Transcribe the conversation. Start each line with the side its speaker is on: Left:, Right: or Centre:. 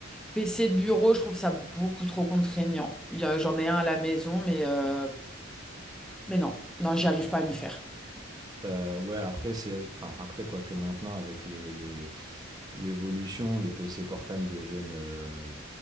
Centre: PC de bureau, je trouve ça beaucoup trop contraignant. Il y a- J'en ai un à la maison, mais, euh, mais non, non, j'y arrive pas à m'y faire.
Right: T'as- Ouais, après, c'est... Enfin, après, quoi que maintenant, avec les, les- l'évolution, les PC portables deviennent euh,